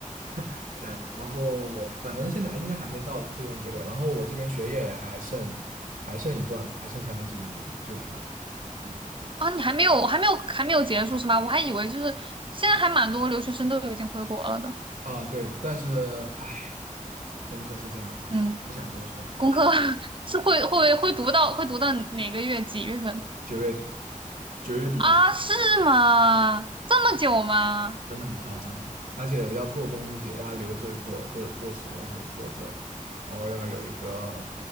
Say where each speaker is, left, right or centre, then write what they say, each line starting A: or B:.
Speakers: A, on the right; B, on the right.
A: <laughs> 开吧。然后反正现在应该还没到最终结果，然后我这边学业也还剩还剩一段吧，还剩三分之一，就是嗯
B: 啊，你还没有，还没有，还没有结束是吗？我还以为就是现在还蛮多留学生都已经回国了的。
A: 啊对，但是唉，功课是这样的，
B: 嗯，
A: 不想多说，
B: 功课 <laughs> 是会会会读到会读到哪个月几月份
A: 九月底九月底打。
B: 啊？是吗？这么久吗？
A: 真的很夸张。而且要做东西，要留着做，或者做实验，或者做这的，然后要有一个，